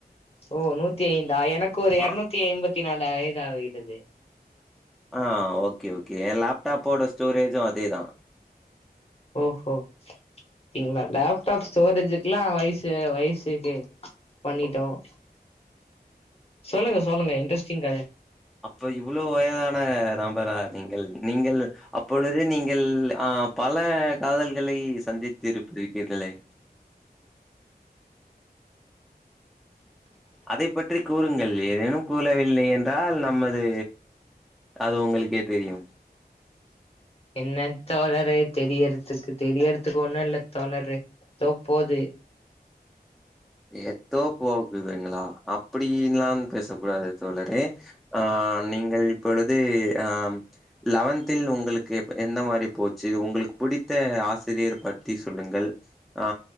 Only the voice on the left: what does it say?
ஓ நூத்தி ஐந்தா எனக்கு ஒரு
எர்நூத்தி ஐம்பத்தி நால் ஐதாவ்கிறது
ஓஃபோ திங்ளா லேப்டாப் ஸ்டோரேஜுக்குலா வய்சு வய்ஸிர்க்கு பண்ணிட்டோ <inaudible> சொல்லுங்க சொல்லுங்க இன்ட்ரஸ்டிங் கத
என்ன தோழரே தெரியறதுக்கு தெரியறதுக்கு ஒண்ணு இல்ல தோழரு தோ போது